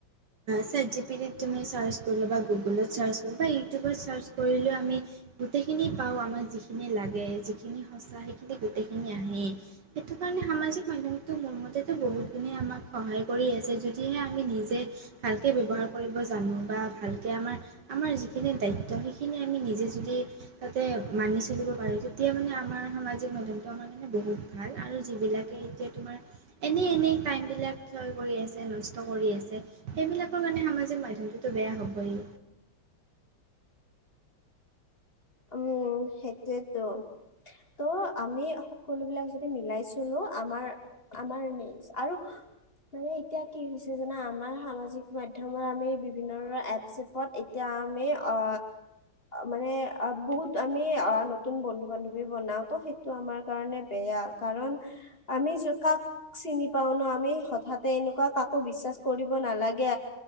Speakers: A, on the right; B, on the left.
A: চাত জি পিডিত তুমি চাৰ্চ কৰিলে বা গুগোলত চাৰ্চ কৰিলো বা ইউটিউবত চাৰ্চ কৰিলেও আমি- গোটেইখিনি পাও আমাক যিখিনি লাগে যিখিনি সঁচা সেইখিনি গোটেইখিনি আহেই সেইটো- সেইকাৰণে সামাজিক মাধ্যমটো মোৰ মতেতো বহুত গুণে আমাক সহায় কৰি আছে। যদিহে আমি নিজে- ভালকে ব্যৱহাৰ কৰিব জানো বা ভালকে আমাৰ আমাৰ যিখিনি দায়িত্ব সেইখিনি আমি নিজে যদি- মানি চলিব পাৰো। তেতিয়া মানে আমাৰ সামাজিক ন আমাৰ কাৰণে বহুত ভাল আৰু- যিবিলাকে এতিয়া তোমাৰ এনেই এনেই টাইমবিলাক ক্ষয় কৰি আছে নষ্ট কৰি আছে- সেইবিলাকৰ কাৰণে সামাজিক মাধ্যমটোতো বেয়া হ'বই।
B: উম সেইটোয়েতো। ত' আমি সকলো বিলাক যদি মিলাই চলো আমাৰ আমাৰ নি আৰু- মানে এতিয়া কি হৈছে জানা আমাৰ সামাজিক মাধ্যমত আমি বিভিন্ন ধৰণৰ এপ চেপত এতিয়া- আমি অ মানে- বহুত আমি নতুন বন্ধু বান্ধৱী বনাওঁ তো সেইটো আমাৰ কাৰণে বেয়া কাৰণ- আমি কাক চিনি পাও ন আমি হঠাতে এনেকুৱা কাকো বিশ্বাস কৰিব নালাগে।